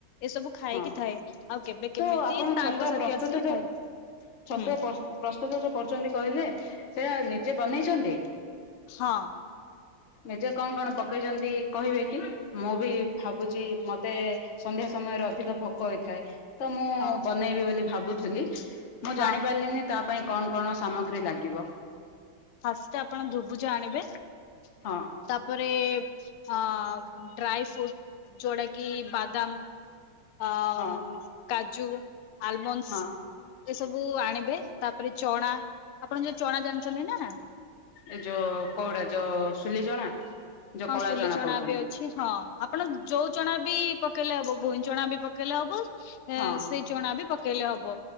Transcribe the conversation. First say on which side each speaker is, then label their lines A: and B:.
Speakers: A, on the left; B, on the left.
A: ଏସବୁ ଖାଇକି
B: ହଁ
A: ଥାଏ ଆଉ କେବେ କେମିତି
B: ତ ଆପଣ
A: ସାଙ୍ଗସାଥି
B: ଛତୁଆ ପ୍ରସ୍ତୁତ
A: ଆସିଲେ
B: ଯୋଉ
A: ଖାଏ
B: ଛତୁଆ
A: ହୁଁ
B: ପ୍ରସ୍ତୁତ ଯୋଉ କରୁଛନ୍ତି କହିଲେ ସେଇୟା ନିଜେ ବନେଇଛନ୍ତି।
A: ହଁ।
B: ନିଜେ କଣ କଣ ପକେଇଛନ୍ତି କହିବେ କି ମୁଁ ବି ଭାବୁଛି ମତେ-ଏ ସନ୍ଧ୍ୟା ସମୟରେ ର ଅଧିକ ଭୋକ ହେଇଥାଏ ତ ମୁଁ
A: ହଁ
B: ବନେଇବି ବୋଲି ଭାବୁଥିଲି ମୁଁ
A: ହଁ
B: ଜାଣି ପାରିଲିନି ତା ପାଇଁ କଣ କଣ ସାମଗ୍ରୀ ଲାଗିବ
A: ଫାଷ୍ଟ ଆପଣ ଧୁବୁଜ ଆଣିବେ।
B: ହଁ।
A: ତାପରେ ଅ ଡ୍ରାଇ ଫ୍ରୁଟ ଯୋଉଟା କିି ବାଦାମ ଆ
B: ହଁ
A: କାଜୁ ଆଲମନ୍ସ
B: ହଁ
A: ଏସବୁ ଆଣିବେ ତାପରେ ଚଣା ଆପଣ ଯୋଉ ଚଣା ଜାଣିଛନ୍ତି ନା?
B: ଏଇ ଯୋଉ କଉଡା ଯୋଉ ସୁଲି ଚଣା? ଯୋଉ
A: ହଁ
B: କଳା
A: ସୁଲି ଚଣା
B: କହୁଛନ୍ତି
A: ବି ଅଛି ହଁ। ଆପଣ ଯୋଉ ଚଣା ବି ପକେଇଲେ ହବ ଭୂଇଁ ଚଣା ବି ପକେଇଲେ ହବ
B: ହଁ ହଁ
A: ସେଇ ଚଣା ବି ପ କେଇଲେ ହବ